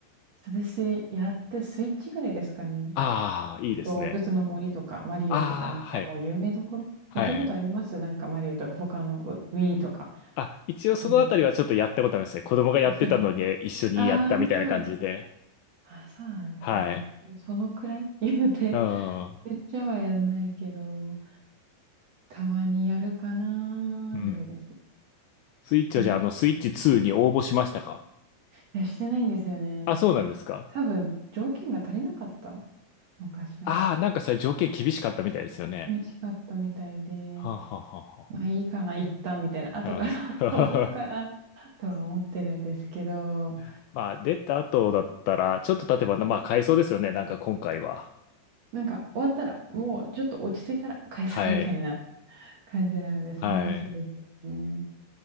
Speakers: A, on the right; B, on the left.
A: 私、やってスイッチぐらいですかね。
B: ああー、いいですね。
A: 動物の森とか、マリオとか、
B: ああ、
A: なんかもう有名どころ。
B: はい。はい。
A: やったことありますなんかマリオとか、他の Wii とか、
B: あ、一応そのあたりはちょっとやったことあるんですね。
A: リリース
B: 子供がやってたのに一緒にやったみたいな感じで。
A: あ、それと、<laughs> あーあ、そうなんですね。
B: はい。
A: そのくらい <laughs> 言うて、
B: うん。
A: めっちゃはやんないけど。たまにやるかなぐらいです。
B: うんスイッチはじゃあ、
A: なんか、
B: あの、スイッチ2に応募しましたか
A: いや、してないんですよね。
B: あ、そうなんですか。
A: 多分、条件が足りなかったのかしら。
B: ああ、なんかそれ条件厳しかったみたいですよね。
A: 美味しかったみたいで、
B: はあ、はあは
A: まあいいかな、一旦みたいな、後から買おうかな
B: あはあ、なるほど
A: とは思ってるんですけど、
B: <laughs> まあ、出た後だったら、ちょっと経てば、まあ、買えそうですよね。なんか今回は。
A: なんか終わったら、もうちょっと落ち着いたら返そうみたいな
B: はい。
A: 感じなので、それ欲しいですよね。
B: はい。